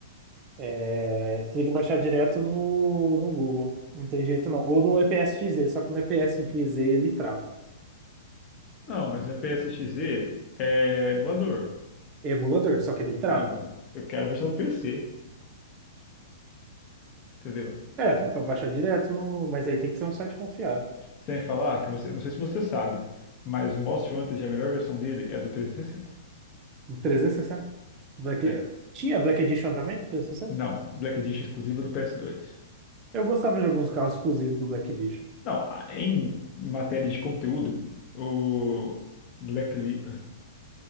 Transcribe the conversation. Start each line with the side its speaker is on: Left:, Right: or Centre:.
Right: É, você tem que baixar direto no, no Google. Não tem jeito não. Ou no EPSXZ, só que no EPSXZ ele trava.
Left: Não, mas não é PSXZ, é emulador.
Right: É emulador, só que ele trava.
Left: Não, mas eu quero a versão do PC, entendeu?
Right: É, dá pra baixar direto no, mas aí tem que ser um site confiável.
Left: Sem falar que você, não sei se você sabe, mas o Most Wanted, a melhor versão dele é do 360.
Right: No 360 Black...
Left: É.
Right: Tinha Black Edition também? trezentos e sessenta
Left: Não, Black Edition exclusiva do PS2.
Right: Eu gostava de alguns carros exclusivos do Black Edition.
Left: Não, a- em matéria de conteúdo, o Blackli...